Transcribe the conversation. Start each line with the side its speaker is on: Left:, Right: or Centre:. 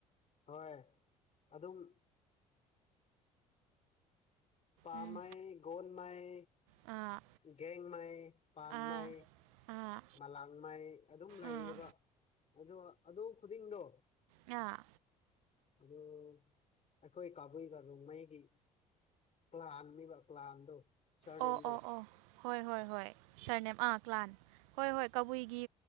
Left: ꯍꯣꯏ ꯑꯗꯨꯝ ꯄꯥꯝꯃꯩ
Right: ꯎꯝ
Left: ꯒꯣꯟꯃꯩ
Right: ꯑꯥ
Left: ꯒꯦꯡꯃꯩ ꯄꯥꯟ
Right: ꯑꯥ
Left: ꯃꯩ
Right: ꯑꯥ
Left: ꯃꯂꯥꯡ ꯃꯩ ꯑꯗꯨꯝ ꯂꯩꯌꯦꯕ
Right: ꯑꯥ
Left: ꯑꯗꯣ ꯑꯗꯨ ꯈꯨꯗꯤꯡꯗꯣ
Right: ꯑꯥ
Left: ꯑꯗꯨ ꯑꯩꯈꯣꯏ ꯀꯕꯨꯏꯒ ꫪꯣꯡꯃꯩꯒꯤ ꯀ꯭ꯂꯥꯟꯅꯦꯕ ꯀ꯭ꯂꯥꯟꯗꯣ ꯁꯔꯅꯦꯝꯗꯣ
Right: ꯑꯣ ꯑꯣ ꯑꯣ ꯍꯣꯏ ꯍꯣꯏ ꯍꯣꯏ ꯁꯥꯔꯅꯦꯝ ꯑꯥ ꯀ꯭ꯂꯥꯟ ꯍꯣꯏ ꯍꯣꯏ ꯀꯕꯨꯏꯒꯤ